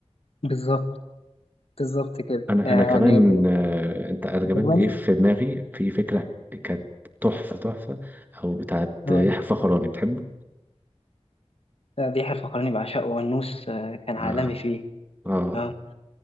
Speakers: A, on the left (about 60°); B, on the right (about 15°).
A: بالظبط بالظبط كده
B: انا
A: يعني
B: انا كمان آه، انت انا كمان
A: الفقراني
B: جه في دماغي في فكرة كانت تحفة تحفة او بتاعت
A: اه
B: يحيى فخراني بتحبه
A: آه، بيحيى الفقراني بعشقه والنوس آه، كان عالمي
B: اه
A: فيه
B: اه
A: اه